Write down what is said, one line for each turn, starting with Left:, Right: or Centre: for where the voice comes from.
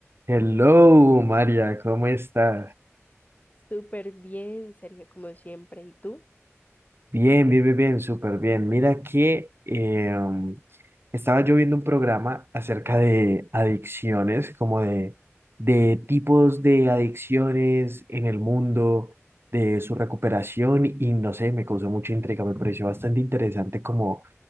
Right: Hello, María, ¿cómo estás?
Left: Súper bien, Sergio, como siempre. ¿Y tú?
Right: Bien, bien, bien, bien, súper bien. Mira que eh, estaba yo viendo un programa acerca de adicciones, como de, de tipos de adicciones en el mundo, de su recuperación y no sé, me causó mucha intriga, me pareció bastante interesante como,